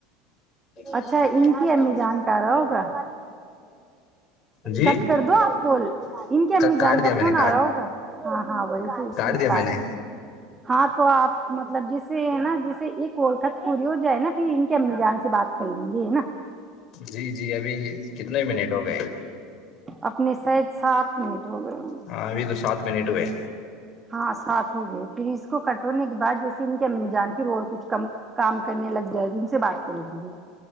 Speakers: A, on the left (about 40°); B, on the right (about 15°).
A: میں
B: اچھا ان کی امی جان کا آ رہا ہوگا
A: جی
B: کٹ کر دو آپ کو ان کے امی
A: کاٹ
B: جان کا
A: دیا میں
B: فون
A: نے
B: آ رہا ہوگا ہاں ہاں وہی
A: کریا
B: کار
A: م
B: ہے.
A: نے
B: ہاں تو آپ مطلب جسے نا جیسے ایک کوولکھط پوری ہو جائے نا پھر ان کے امل جان سے بات کر لیں گے نا
A: جی جی ابھی کتنے منٹ ہو گئے
B: اپنے ساید سات منٹ ہو گئے ہوں گے
A: ہاں ا تو ساتھ منٹو ہے
B: ہاں سات ہو گئے پلیس اس کو کٹونے کے بعد جیسے ان کی ا جان پھر اور کچھ کم کام کرنے لگ جائے تو ان سے بات <unintelligible>